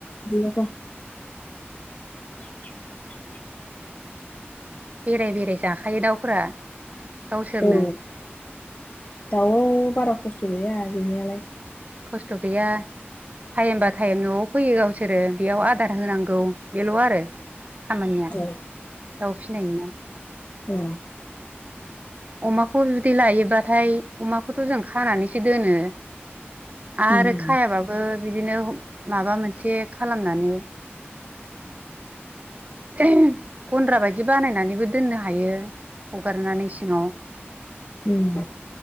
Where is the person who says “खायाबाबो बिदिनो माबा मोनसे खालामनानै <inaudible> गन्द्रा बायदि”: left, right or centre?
Right